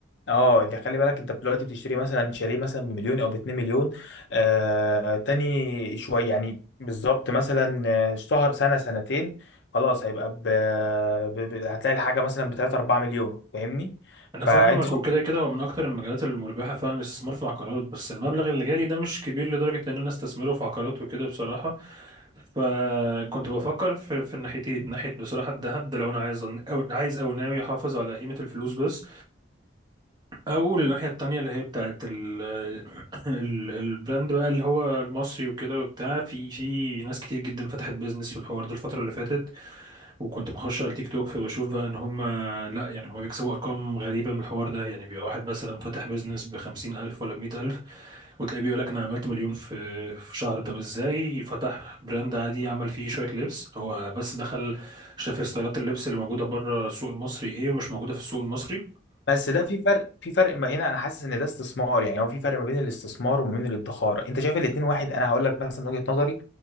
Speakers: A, on the left (about 65°); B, on the right (about 20°).
A: اه اللي خلي بالك انت دلوقتي بتشتري مثلا شاليه مثلا بمليون او باتنين مليون آه تاني شويه يعني بالظبط مثلا آه، شهر سنه سنتين خلاص هيبقى ب... ب... ب... هتلاقي الحاجه مثلا ب 3 4 مليون فاهمني
B: انا
A: فانت
B: فاهمك
A: شوف
B: وكده كده هو من اكتر المجالات المربحه فعلا الاستثمار في العقارات بس المبلغ اللي جالي ده مش كبير لدرجه ان انا استثمره في عقارات وكده بصراحه فكنت بفكر في, في الناحيتين ناحيه بصراحه الذهب ده لو انا عايز او عايز او ناوي احافظ على قيمه الفلوس بس او الناحيه التانيه اللي هي بتاعه ال... ال... البراند بقى اللي هو المصري وكده وبتاع في في ناس كتير جدا فتحت بيزنس في الحوار ده الفتره اللي فاتت وكنت بخش على التيك توك فبشوف بقى ان هم لا يعني هم بيكسبوا ارقام غريبه من الحوار ده يعني بيبقى واحد مثلا فاتح بيزنس بخمسين الف ولا بمية الف وتلاقيه بيقول لك انا عملت مليون في في شهر طب ازاي فتح براند عادي عمل فيه شويه لبس هو بس دخل شاف ستايلات اللبس اللي موجوده بره السوق المصري ايه ومش موجوده في السوق المصري
A: بس ده في فرق في فرق ما هنا انا حاسس ان ده استثمار يعني هو في فرق ما بين الاستثمار وما بين الادخار انت شايف الاتنين واحد انا هقول لك مثلا وجهه نظري